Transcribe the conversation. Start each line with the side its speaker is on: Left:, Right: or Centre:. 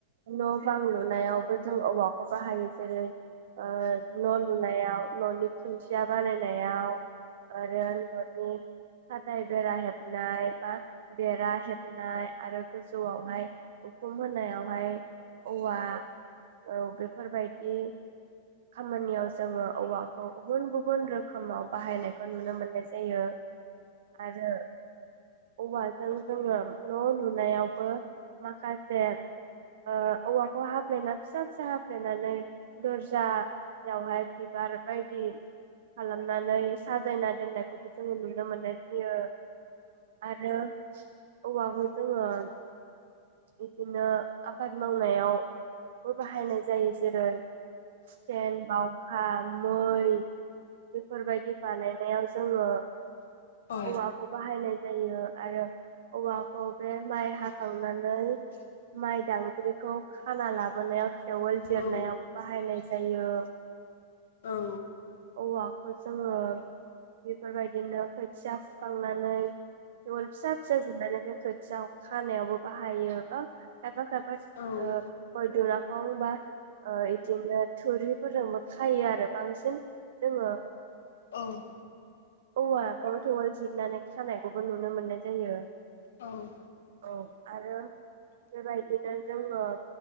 Right: न' बां लुनायावबो जों औवाखौ बाहायो जेरै ओ न' लुनायाव न'नि खुन्थिया बानायनायाव आरो न'नि फाथै बेरा हेबनाय बा बेरा हेबनाय आरो गोजौआवहाय उखुम होनायावहाय औवा औ बेफोरबायदि खामानियाव जोंङो औवाखौ गुबुन गुबुन रो खोमाव बाहायनायखौ नुनो मोननाय जायो। आरो औवाजों जोंङो न' लुनायावबो माखासे ओ औवाखौ हाफ्लेना फिसा फिसा हाफ्लेनानै दरजायावहाय बिबार बायदि खालामनानै साजायना दोननायखौबो जोंङो नुनो मोननाय जायो आरो औवाखौ जोंङो इदिनो आबाद मावनायावबो बाहायनाय जायो जेरै फेन बावखा मै बेफोरबायदि बानायनायाव जोंङो
Left: औ
Right: औवाखौ बाहायनाय जायो। आरो औवाखौ बे माइ हा खांनानै माइ दांग्रिखौ खाना लाबोनायाव खेवोल जिरनायाव
Left: औ
Right: बाहायनाय ज जायो
Left: औ
Right: औवाखो जोङो बेफोरबायदिनो खोथिया फुखांनानै थेवोल फिसा फिसा जोबनानै दोनफै जाव खानायाव बो बाहायोबा खायफा खाफ
Left: औ
Right: <inaudible> फंफां बा ओ इदिनो थुरिफोरजोंबो खायो आरो बांसिन जोङो
Left: औ
Right: औवा गन थेवाल जिरनानै खानायखौबो नुनो मोननाय जायो
Left: औ
Right: औ आरो बेबायदिनो जोङो